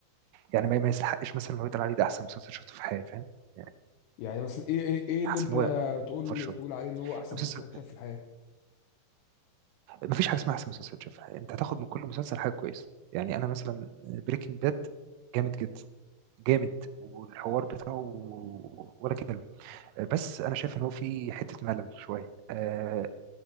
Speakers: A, on the right; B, on the left.
A: يعني ما ما يستحقش مثلا إن هو يتقال عليه ده احسن مسلسل شفته في حياتي فاهم يعني
B: يعني مثلا ايه ايه إيه اللي
A: حاسس
B: انت
A: ان هو
B: تقول
A: اوفر شويه
B: تقول عليه ان هو احسن
A: المسلسل
B: مسلسل اتشاف في الحياة
A: ما فيش حاجه اسمها احسن مسلسل شفتها انت هتاخد من كل مسلسل حاجه كويسه يعني انا مثلا بريكنج باد جامد جدا جامد والحوار بتاعه ولا كلمه بس انا شايف ان هو في حته ملل شويه آه